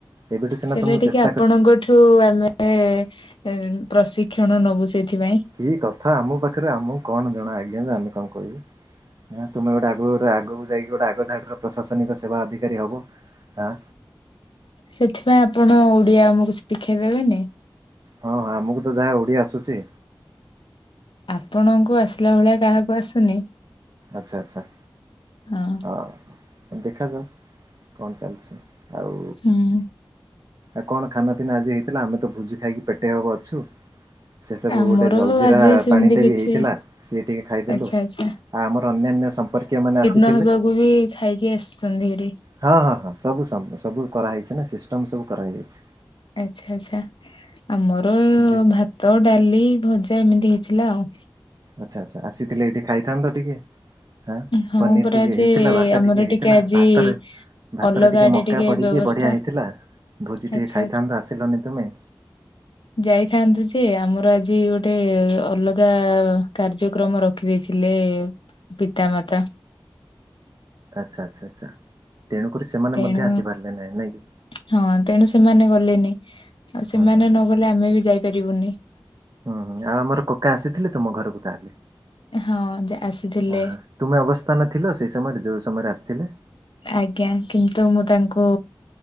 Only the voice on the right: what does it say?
ଏବେଠୁ ସିନା
ତମକୁ
ଚେଶ୍
କି କଥା ଆମ ପାଖରେ ଆମକୁ କଣ ଜଣା ଆଜ୍ଞା ଯେ ଆମେ କଁ କହିବୁ। ଆଁ ତୁମେ ଗୋଟେ ଆଗରୁ ଆଗକୁ ଯାଇକି ଗୋଟେ ଆଗ ଧାଡ଼ିର ପ୍ରଶାସନିକ ସେବା ଅଧିକାରୀ ହେବ ହାଁ।
ହଁ ହଁ ଆମକୁ ତ ଯାହା ଓଡ଼ିଆ ଆସୁଛି।
ଆଚ୍ଛା ଆଚ୍ଛା।
ହଁ ଦେଖାଯାଉ କଣ ଚାଲିଛି ଆଉ।
ଆଉ କଣ ଖାନା ପିନା ଆଜି ହେଇଥିଲା ଆମେ ତ ଭୋଜି ଖାଇକି ପେଟେହେବ ଅଛୁ। ସେ ସବୁ
ଗୋଟେ ଜଲଜିିରା
ପାଣିଟେ
ବି ହେଇଥିଲା ସିଏ ଟିକେ ଖାଇଦେଲୁ।
ଆଉ
ଆମର ଅନ୍ୟାନ୍ୟ ସମ୍ପର୍କୀୟ ମାନେ ଆସି
ହଁ ହଁ ହଁ ସବୁ ସବୁ ସବୁ କରା ହେଇଛି ନା ସିଷ୍ଟମ ସବୁ କରା ହେଇ ଯାଇଛି।
ଜି
ଆଚ୍ଛା ଆଚ୍ଛା ଆସିଥିଲେ ଏଠି ଖାଇଥାନ୍ତ ତ ଟିକେ। ହାଁ
ପନିର
ଟିକେ
ହେଇଥିଲା ଭାତ
ଟିକେ ହେଇଥିଲା
ଭାତରେ। ଭାତରେ
ଟିକେ
ମକା ପଡ଼ିକି
ବଢ଼ିଆ ହେଇଥିଲା ଭୋଜି ଟିକେ
ଖାଇଥାନ୍ତ ଆସିଲନି ତମେ।
ଆଚ୍ଛା ଆଚ୍ଛା ଆଚ୍ଛା ତେଣୁକରି ସେମାନେ
ମଧ୍ୟ ଆସିପାରିଲେ ନାହିଁ ନାଇଁ କି
ହୁଁ ହୁଁ ହୁଁ
ହୁଁ ହୁଁ ଆଉ ଆମର କକା ଆସିଥିଲେ ତୁମ ଘରକୁ ତାହେଲେ
ହଁ ହଁ ତୁମେ ଅବସ୍ଥାନ ଥିଲ ସେଇ ସମୟରେ ଯଉ ସମୟରେ ଆସିଥିଲେ।